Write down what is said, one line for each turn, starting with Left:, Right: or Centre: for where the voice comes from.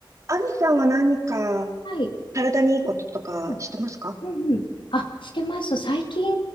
Right: アミさんは何か
Left: はい。
Right: 体にいいこととかしてますか
Left: うん。うんうん。あ、してます。最近、